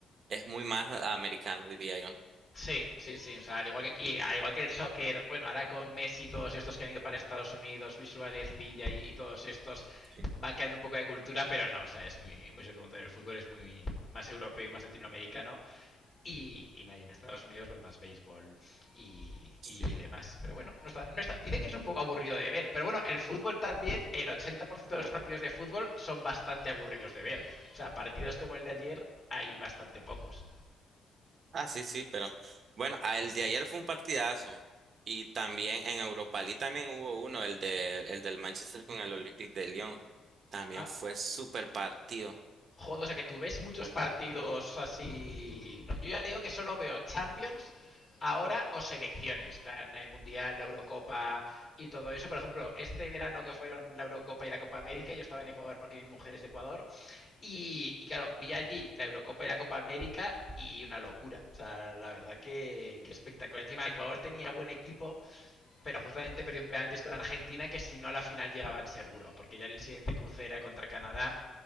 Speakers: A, on the right; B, on the left.
A: Es muy más americano, diría yo.
B: Sí, sí, sí. O sea, al igual que aquí, al igual que el soccer, bueno, ahora con Messi y todos estos que han ido para Estados Unidos, Luis Suárez, Villa y, y todos estos,
A: Sí.
B: van quedando un poco de cultura, pero no, o sea, es muy, muy secundario. El fútbol es muy más europeo y más latinoamericano. Y, y nadie en Estados Unidos, pues más béisbol y,
A: Sí.
B: y demás. Pero bueno, no está, no está- Dicen que es un poco aburrido de ver. Pero bueno, el fútbol también, el 80% de los partidos de fútbol son bastante aburridos de ver. O sea, partidos como el de ayer hay bastante pocos.
A: Ah, sí, sí, pero bueno, ah, el de ayer fue un partidazo. Y también en Europa League también hubo uno, el de, el del Manchester con el Olympique de Lyon. También
B: Ah,
A: fue súper partido.
B: Joder, o sea que tú ves muchos partidos así. No, yo ya digo que solo veo Champions ahora o selecciones, plan el Mundial, la Eurocopa y todo eso. Por ejemplo, este verano que fueron la Eurocopa y la Copa América, yo estaba en Ecuador porque mi mujer es de Ecuador y, y claro, vi allí la Eurocopa y la Copa América y una locura. O sea, la verdad que, que espectacular. Encima, Ecuador tenía buen equipo, pero justamente perdió en penaltis con Argentina que si no a la final llegaban seguro, porque ya el siguiente cruce era contra Canadá